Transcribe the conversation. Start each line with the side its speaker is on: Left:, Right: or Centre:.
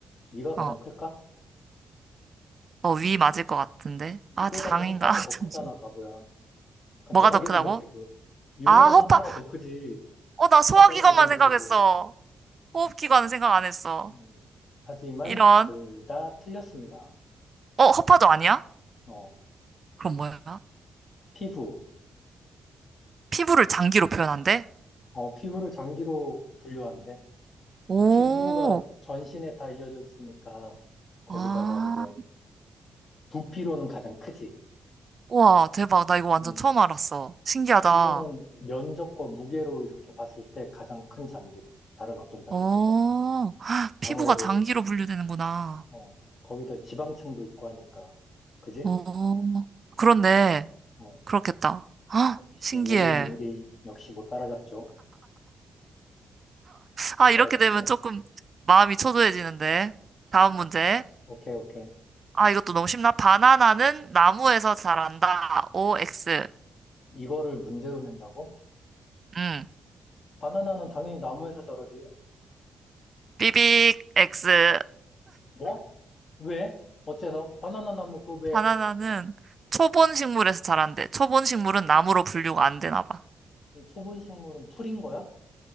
Left: 이가 가장
Right: 어,
Left: 클까?
Right: 어, 위 맞을 것 같은데. 아,
Left: 이보다는
Right: 장인가?
Left: 허파가
Right: <laughs>
Left: 더 크잖아,
Right: 잠시만.
Left: 바보야. 간단하게
Right: 뭐가 더 크다고?
Left: 생각해도. 이보다는
Right: 아, 허파.
Left: 허파가 더 크지.
Right: 어, 나 소화기관만
Left: 간단하게 생각해도.
Right: 생각했어. 호흡기관은 생각 안 했어.
Left: 음, 하지만
Right: 이런.
Left: 둘 다 틀렸습니다.
Right: 어, 허파도 아니야?
Left: 어,
Right: 그럼 뭐야?
Left: 피부.
Right: 피부를 장기로 표현한대?
Left: 어, 피부를 장기로 분류한대.
Right: 오,
Left: 피부가 전신에 다 이어져 있으니까 거기다가
Right: 아.
Left: 이제 부피로는 가장 크지.
Right: 와, 대박. 나 이거 완전
Left: 음,
Right: 처음 알았어. 신기하다.
Left: 피부는 면적과 무게로 이렇게 봤을 때 가장 큰 장기래. 다른 어떤 장기보다.
Right: 어, 헉, 피부가
Left: 아무래도
Right: 장기로 분류되는구나.
Left: 어, 거기다 지방층도 있고 하니까. 그지?
Right: 어,
Left: 어,
Right: 그렇네.
Left: 어.
Right: 그렇겠다. 헉,
Left: 역시
Right: 신기해.
Left: 5대2, 5대2. 역시 못 따라잡죠. 못
Right: 아, 이렇게
Left: 따라잡죠.
Right: 되면 조금 마음이 초조해지는데. 다음
Left: 어,
Right: 문제.
Left: 오케이, 오케이.
Right: 아, 이것도 너무 쉽나? 바나나는 나무에서 자란다. OX.
Left: 이거를 문제로 낸다고?
Right: 응.
Left: 바나나는 당연히 나무에서 자라지.
Right: 삐빅 X.
Left: 뭐? 왜? 어째서? 바나나 나무 그 왜,
Right: 바나나는 초본 식물에서 자란대. 초본 식물은 나무로 분류가 안 되나 봐.
Left: 그 초본 식물은 풀인 거야?